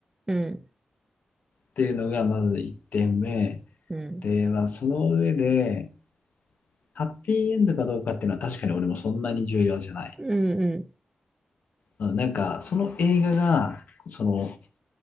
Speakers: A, on the right; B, on the left.
A: うん。
B: っていうのがまず1点目。
A: うん。
B: で、まあ、その上で、ハッピーエンドかどうかっていうのは確かに俺もそんなに重要じゃない。
A: うん。うん。
B: うんなんか、その映画が、その、